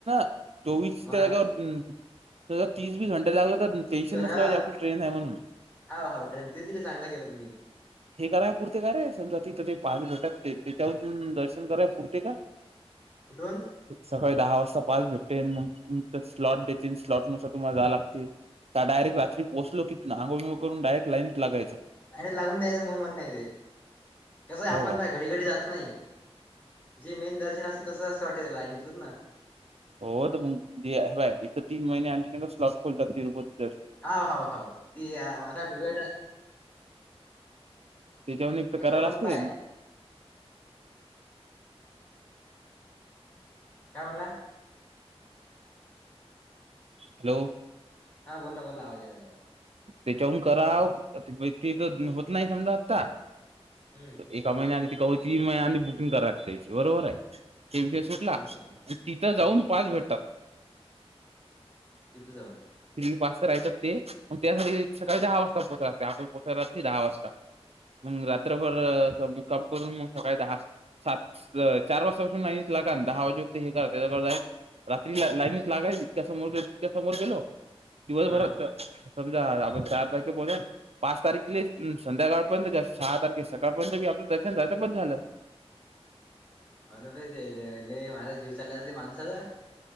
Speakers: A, on the right; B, on the left.
A: <unintelligible> चोवीसच्या
B: मग आम्ही
A: जागेवर, तीस घंटे लागला तर. टेन्शन
B: तीस पण
A: नसल
B: हा
A: पाहिजे आपलं ट्रेन आहे म्हणून.
B: हा हो ट्रेन ते तरी चांगलं केलं तुम्ही
A: हे कराय पुरते का रे, समजा तिथं ते पाच, घंट्यात त्याच्यावरून दर्शन कराय पुरते का?
B: कुटून?
A: सकाळी दहा वाजता पाच भेटेन मग स्लॉट देतील, स्लॉट नुसार तुम्हाला जाया लागते. त्या डायरेक्ट रात्री पोचल, किंतण अंगोळ करून डायरेक्ट लाईनीट लागायाचं.
B: लाईनीत लागून द्यायचं मग म्हण ते, कसं आहे आपण
A: हो का
B: पाय घडी घडी जात नाही, जे मेन दर्शन असेल तसं असं वाटेल लाईन इथलंच ना.
A: हो तर मग बा ह्याबय एक तीन महिने आपण स्लॉट खोलतात तिरुपत
B: हा हाव हाव ती आता वेळ
A: त्याच्याहून एक
B: नेस
A: तर कराव लागते
B: पण पाय. काय म्हणला?
A: हॅलो?
B: हा बोलना बोलना आवाज यायला लागला
A: त्याच्याहून कराव ती तर होत नाही समजा आता.
B: हम्म.
A: एका महिन्याआदी किंवा तीन महिन्याआदी बुकिंग कराया लागते, बरोबर आहे? कुठला
B: तीन महिने हा
A: आण तिथं
B: हम्म
A: जाऊन पाच भेटतात '.
B: तिथं जाऊन.
A: <unintelligible> फ पास तर राहतात ते पण त्यासाठी सकाळी
B: हा
A: दहा वाजता पोहोचाव लागते आपण पोहोचय रात्री दहा वाजता. मंग रात्रभर असमुक्काम करून मंग सकाळी दहा सात ल चार वाजतापासून नाही ला का दहा वाजे उत हे कर त्याचा करताय. <unintelligible> रात्री ल लाईनच लागाय इतक्या समोर ततक्या समोर गेलो दिवसभरात
B: हा
A: <inaudible> समजा आपण चारा पैकी बोलेल. पाच तारखले संध्याकाळपर्यंत त्या सहा तारखे सकाळपर्यंत बी आपलं दर्शन झाल त बस झालं.
B: अनुभवच मेईल्या लई माझा <unintelligible> जीव चालला जाते माणसाचा